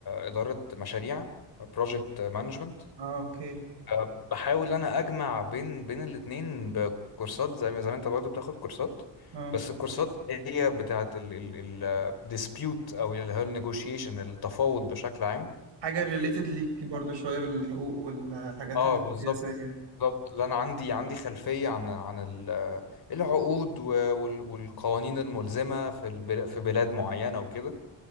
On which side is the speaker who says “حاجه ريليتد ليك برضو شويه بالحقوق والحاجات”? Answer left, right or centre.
Right